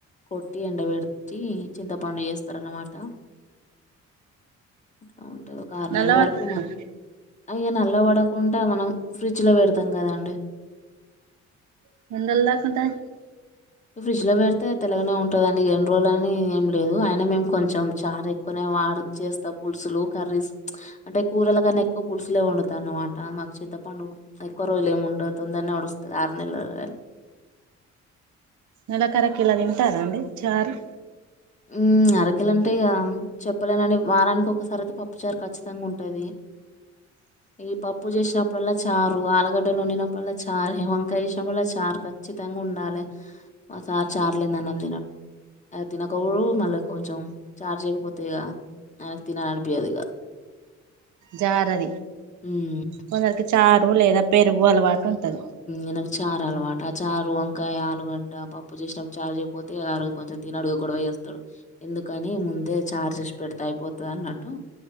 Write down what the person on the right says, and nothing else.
నల్ల
పడతాదా
<unintelligible>
నెలకరకి ఇలా తింటారా అండి చారు
జారది
కొందరికి చారు లేదా పెరుగు అలవాటు ఉంటది